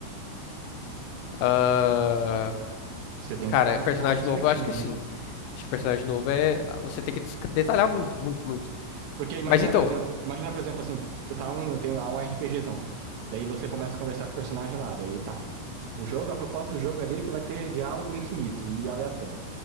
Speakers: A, on the left; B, on the right.
A: Ah,
B: você tem
A: cara,
B: que dar um
A: personagem
B: prompt certinho,
A: novo, eu acho que sim.
B: né?
A: Acho que personagem novo é. Você tem que des- detalhar muito, muito, muito.
B: Porque imagina,
A: Mas então.
B: por exemplo, imagina, por exemplo, assim, você tá um, tem lá um RPGzão. Daí você começa a conversar com o personagem lá, daí tá. O jogo, a proposta do jogo ali é que vai ter diálogo infinito e aleatório.